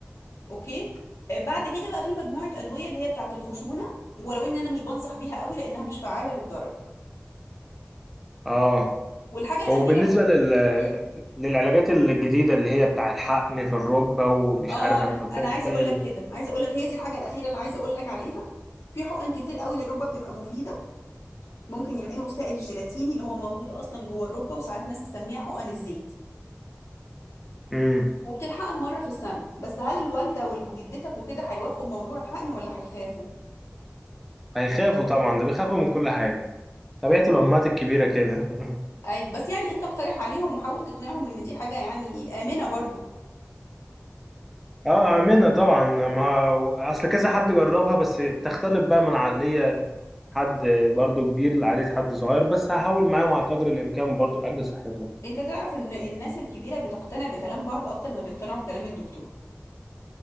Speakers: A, on the left (about 80°); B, in the centre.
A: اوكي آه، بعد كده بقى في مجموعه ادويه اللي هي بتاعه الخشونه ولو ان انا مش بنصح بيها قوي لانها مش فعاله للدرجه
B: اه
A: والحاجه الاخيره
B: وبالنسبة لل...
A: اللي
B: للعلاجات الجديدة اللي هي بتاع الحقن في الركبة ومش
A: اه
B: عارف
A: انا
B: هنحطها
A: انا
B: في
A: عايزه
B: فين
A: اقول لك كده عايزه اقول لك هي دي الحاجه الاخيره اللي عايزه اقول لك عليها في حقن كتير قوي للركبه بتبقى مفيده ممكن يحقنوا السائل الجيلاتيني اللي هو موجود اصلا جوه الركبه وساعات ناس تسميها حقن الزيت
B: امم
A: وبتتحقن مره في السنه بس هل الوالده وال- وجدتك وكده هيوافقوا بموضوع الحقن ولا هيخافوا
B: هيخافوا طبعا ده بيخافوا من كل حاجة طبيعة الأمهات الكبيرة كده <laughs>
A: ايوه بس يعني انت اقترح عليهم وحاول تقنعهم ان دي حاجه يعني امنه برضو
B: اه اعملها طبعا مع اصل كذا حد جربها بس بتختلف بقى من عقلية حد برضو كبير لعقلية حد صغير بس هحاول معاهم على قدر الامكان برضو لاجل صحتهم
A: انت تعرف ان الناس الكبيره بتقتنع بكلام بعض اكتر ما بيقتنعوا بكلام الدكتور